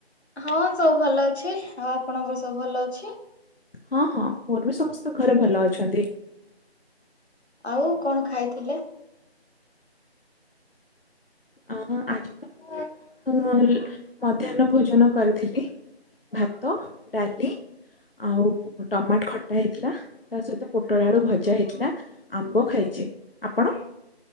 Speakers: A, on the left; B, on the left.
A: ହଁ ସବୁ ଭଲ ଅଛି ଆଉ ଆପଣଙ୍କର ସବୁ ଭଲ ଅଛି?
B: ହଁ ହଁ ମୋର ବି ସମସ୍ତେ ଘରେ ଭଲ ଅଛନ୍ତି।
A: ଆଉ କଣ ଖାଇଥିଲେ?
B: ଅ ଆଜି ତ ମୁଁ ମଧ୍ୟାହ୍ନ ଭୋଜନ କରିଥିଲି। ଭାତ ଡାଲି ଆଉ ଟମାଟ ଖଟା ହେଇଥିଲା ତା ସହିତ ପୋଟଳ ଆଳୁ ଭଜା ହେଇଥିଲା। ଆମ୍ବ ଖାଇଛି ଆପଣ?